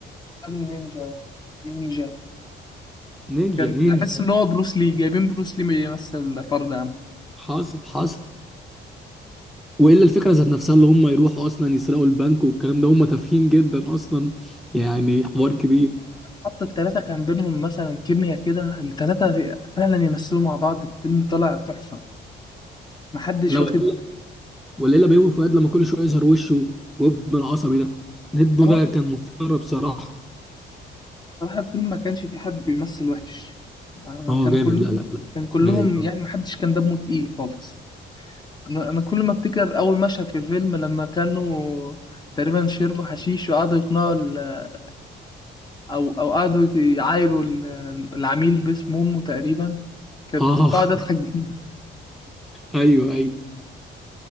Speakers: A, on the left; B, in the centre.
A: ابني نينجا نينجا
B: نينجا
A: كان
B: نينجا
A: تحس ان هو بروس لي جايبين بروس لي يمثل فرد عام
B: حاصل حاصل والا الفكره ذات نفسها اللي هم يروحوا اصلا يسرقوا البنك والكلام ده هم تافهين جدا اصلا يعني حوار كبير
A: حتى التلاتة كان بينهم مثلا كيميا كده التلاتة فعلا يمثلوا مع بعض الفيلم طلع تحفة محدش
B: لا
A: واخد
B: ولا إلا- ولا الا بيومي فؤاد لما كل شويه يظهر وشه وابنه العصبي ده ابنه
A: اه
B: ده كان مسخره بصراحه
A: صراحة الفيلم ما كانش فيه حد بيمثل وحش آه،
B: اه
A: كان
B: جامد
A: كلهم
B: لا لا
A: كان كلهم
B: لا
A: يعني ما حدش كان دمه تقيل خالص أنا أنا كل ما أفتكر أول مشهد في الفيلم لما كانوا تقريبا شربوا حشيش وقعدوا يقنعوا ال- أو أو قعدوا يعايروا ال- العميل باسم أمه تقريبا كنت
B: اه
A: كنت قاعد
B: <laughs>
A: أضحك جدا
B: ايوه ايوه